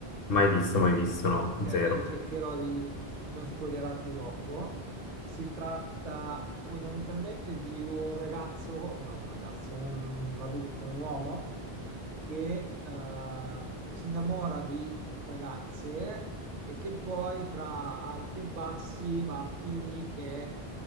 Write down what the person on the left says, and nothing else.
mai visto, mai visto, no,
zero.